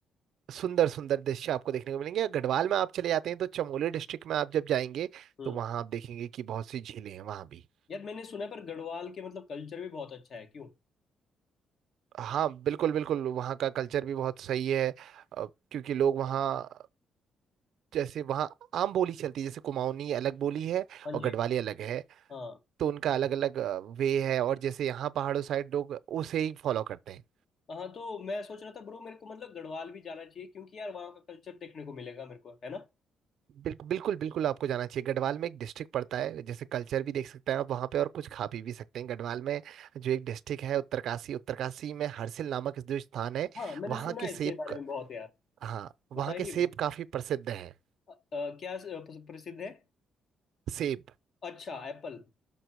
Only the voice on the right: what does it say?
सुंदर सुंदर दृश्य आपको देखने को मिलेंगे गढ़वाल में आप चले जाते हैं तो चमोली डिस्ट्रिक्ट में आप जब जाएंगे
तो वहाँ आप देखेंगे कि बहुत सी झीलें हैं वहाँ भी
हाँ बिल्कुल बिल्कुल वहाँ का कल्चर भी बहुत सही है अ, क्योंकि लोग वहाँ जैसे वहाँ आम बोली चलती है जैसे कुमाऊनी अलग बोली है
और
गढ़वाली अलग है
तो उनका अलग अलग वे है और जैसे यहाँ पहाड़ों साइड लोग उसे ही फॉलो करते हैं
बिल्कुल बिल्कुल बिल्कुल आपको जाना चाहिए गढ़वाल में एक डिस्ट्रिक्ट पड़ता है जैसे कल्चर भी देख सकते हैं आप वहाँ पे और कुछ खा पी भी सकते हैं गढ़वाल में जो एक डिस्ट्रिक्ट है उत्तरकाशी उत्तरकाशी में हरसिल नामक जो स्थान है
वहाँ
के
सेब
क-
हाँ वहाँ
के सेब
काफी प्रसिद्ध हैं
सेब